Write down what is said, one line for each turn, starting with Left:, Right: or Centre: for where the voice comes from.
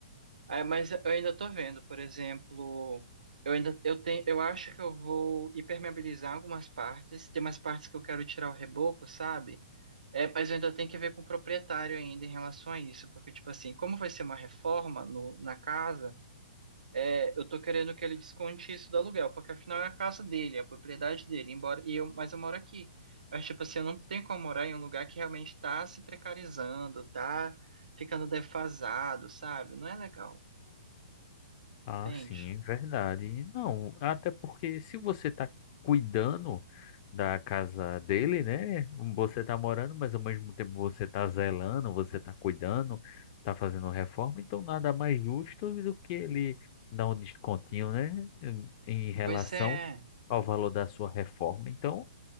Right: É, mas eu ainda tô vendo, por exemplo, eu ainda, eu tenho, eu acho que eu vou impermeabilizar algumas partes, tem umas partes que eu quero tirar o reboco, sabe? É, mas eu ainda tenho que ver com o proprietário ainda em relação a isso, porque, tipo assim, como vai ser uma reforma no, na casa é, eu tô querendo que ele desconte isso do aluguel, porque afinal é a casa dele, é a propriedade dele, embora e eu, mas eu moro aqui. Mas tipo assim, eu não tenho como morar em um lugar que realmente tá se precarizando, tá ficando defasado, sabe? Não é legal,
Left: Ah,
Right: entende?
Left: sim, é verdade. Não, até porque se você está cuidando da casa dele, né? hum, Você está morando, mas ao mesmo tempo você está zelando, você está cuidando, está fazendo reforma, então nada mais justo do que ele dar um descontinho, né? Em em relação
Right: Pois é,
Left: ao valor da sua reforma. Então,